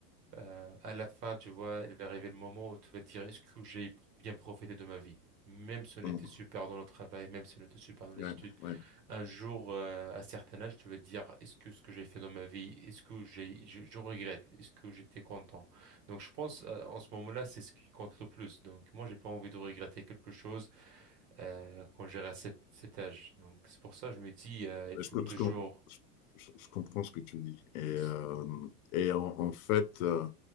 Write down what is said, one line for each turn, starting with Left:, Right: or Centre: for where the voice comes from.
Right: euh, à la fin, tu vois, il va arriver le moment où tu vas te dire, est-ce que j'ai bien profité de ma vie? Même si on
Left: mhm.
Right: était super dans le travail, même si on était super dans les
Left: Ouais,
Right: études
Left: ouais.
Right: un jour, euh, à un certain âge, tu vas te dire, est-ce que ce que j'ai fait dans ma vie, est-ce que j'ai, je, je regrette, est-ce que j'étais content? Donc, je pense, euh, en ce moment-là, c'est ce qui compte le plus. Donc, moi, j'ai pas envie de regretter quelque chose, euh, quand j'aurai à cet, cet âge. Donc, c'est pour ça, je me dis, euh, il
Left: Je,
Right: faut
Left: com-
Right: toujours.
Left: je com- je- je comprends ce que tu dis.
Right: Mm,
Left: Et, euh,
Right: s-
Left: et en, en fait, euh,